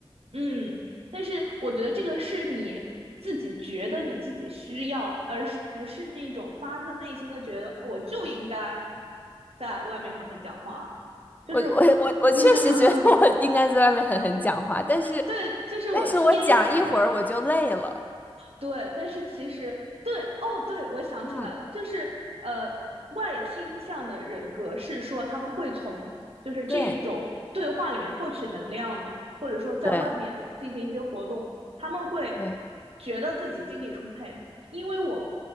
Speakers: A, on the right; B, on the left.
A: 嗯，但是我觉得这个是你自己觉得你自己需要，而是不是那种发自内心的觉得我就应该在外面狠狠讲话，就是，
B: 我我我确实觉得
A: <laughs>
B: <laughs> 我应该在外面狠狠讲话，但是
A: 对，就是我天然的
B: 但是我讲一会儿我就累了，
A: 对，但是其实对哦，对，我想起来了，
B: 嗯，
A: 就是呃，外倾向的人格是说他们会从就是这种对话里面获取能量的，
B: 对
A: 或者说在外面进行一些活动，
B: 对
A: 他们会
B: 对。
A: 觉得自己精力充沛，因为我